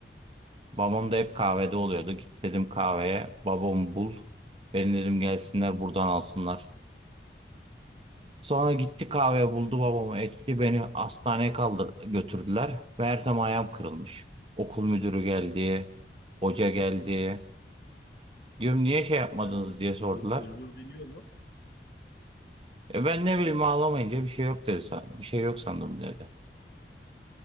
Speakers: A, on the right; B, on the left.
A: Babam da hep kahvede oluyordu. Git dedim kahveye babamı bul. Beni dedim gelsinler buradan alsınlar. Sonra gitti kahveye buldu babamı etti beni hastaneye kaldır götürdüler. Meğersem ayağım kırılmış. Okul müdürü geldi.
B: O-
A: Hoca geldi. Diyorum niye şey yapmadınız
B: Hocam bu
A: diye sordular.
B: ö- özür diliyor mu?
A: E ben ne bileyim ağlamayınca bir şey yok dedi. san- Bir şey yok sandım dedi.